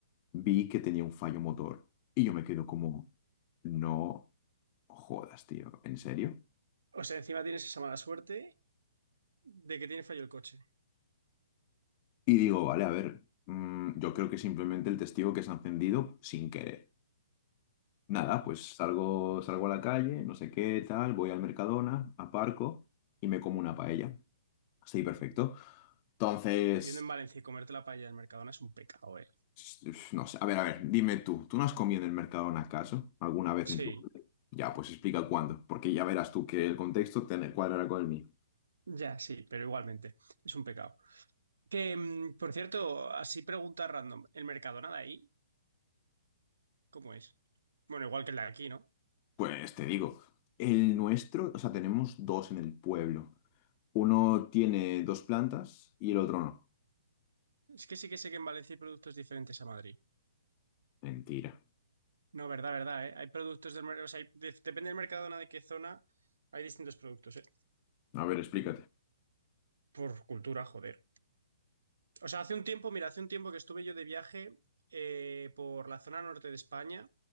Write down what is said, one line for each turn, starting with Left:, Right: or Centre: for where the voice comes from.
Left: vi que tenía un fallo motor y yo me quedo como, no jodas, tío, ¿en serio?
Right: O sea, encima tienes esa mala suerte de que tiene fallo el coche.
Left: Y digo, vale, a ver, mm, yo creo que simplemente el testigo que se ha encendido sin querer. Nada, pues salgo, salgo a la calle, no sé qué, tal, voy al Mercadona, aparco y me como una paella. Así, perfecto. Entonces,
Right: Viviendo en Valencia y comerte la paella del Mercadona es un pecado, ¿eh?
Left: s- no sé, a ver, a ver, dime tú, ¿tú no has comido en el Mercadona acaso alguna vez
Right: Sí,
Left: en tu vida? Ya, pues explica cuándo, porque ya verás tú que el contexto te cuadra con el mío.
Right: Ya, sí, pero igualmente, es un pecado. Que, mm, por cierto, así pregunta random, ¿el Mercadona de ahí cómo es? Bueno, igual que el de aquí, ¿no?
Left: Pues te digo, el nuestro, o sea, tenemos dos en el pueblo. Uno tiene dos plantas y el otro no.
Right: Es que sí que sé que en Valencia hay productos diferentes a Madrid.
Left: Mentira.
Right: No, verdad, verdad, ¿eh? Hay productos del mercado, o sea, hay- de- depende del Mercadona de qué zona, hay distintos productos, ¿eh?
Left: A ver, explícate.
Right: Por cultura, joder. O sea, hace un tiempo, mira, hace un tiempo que estuve yo de viaje eh, por la zona norte de España,